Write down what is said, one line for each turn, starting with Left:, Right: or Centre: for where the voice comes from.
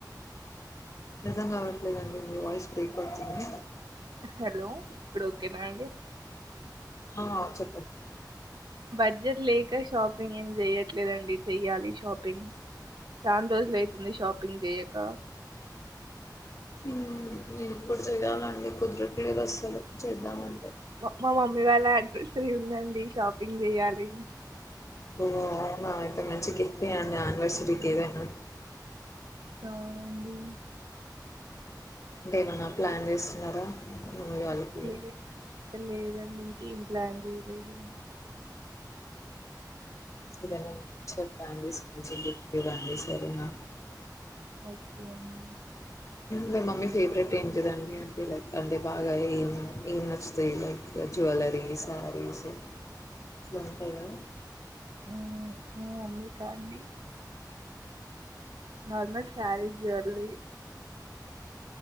Left: అర్థం కావట్లే అండి మీ వాయిస్ బ్రేక్ అవుతుంది
Right: హలో ఇప్పుడు ఓకేనాండి
Left: ఆ చెప్పండి
Right: బడ్జెట్ లేక షాపింగ్ ఏమ్ చేయ్యట్లేదండి చెయ్యాలి షాపింగ్ చాన్ రోజులు అయితుంది షాప్ షాపింగ్‌ చెయ్యక
Left: మ్ ఇప్పుడు చేయాలండి కుదరట్లేదు అస్సలు చేద్దామం
Right: మా మమ్మీ వాళ్ళ అడ్రస్ ది ఉందండి. షాపింగ్ చేయాలి.
Left: ఓహ్! అయితే మంచి గిఫ్ట్ ఇయ్యండి. యానివర్సరీకి ఏదైనా
Right: అవునండి
Left: అంటే ఏమన్నా ప్లాన్ చేస్తున్నారా మీ వాళ్లకి
Right: లే లేదండి. ఇంకేం ప్లాన్ చేయలేదు అండి.
Left: ఇలా చెప్పండి మంచి గిఫ్ట్ ఇవ్వండి. సరేనా
Right: ఓకే అండి
Left: మీ మమ్మీ ఫేవరెట్ ఏంటిదండి. అంటే లైక్ అంటే బాగా ఏం ఏం నచ్చుతాయి. లైక్ జ్యువెలరీ శారీస్ అట్లా ఉంటాయి. గాదా.
Right: ఉ మా మమ్మీ క అండి. నార్మల్ శారీస్ జ్యువెలరీ